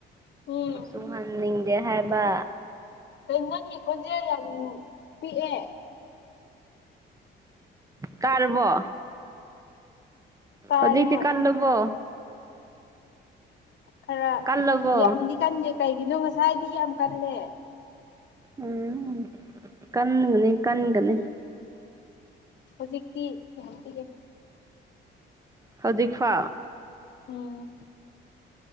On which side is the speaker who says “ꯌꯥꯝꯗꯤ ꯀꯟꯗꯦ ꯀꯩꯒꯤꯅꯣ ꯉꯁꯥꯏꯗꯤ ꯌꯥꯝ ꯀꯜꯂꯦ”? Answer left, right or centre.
Left